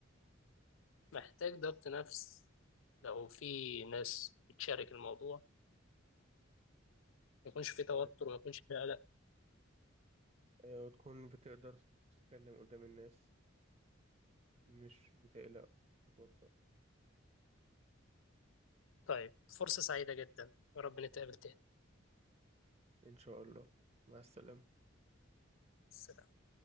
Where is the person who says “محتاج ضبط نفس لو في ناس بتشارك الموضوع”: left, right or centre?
Left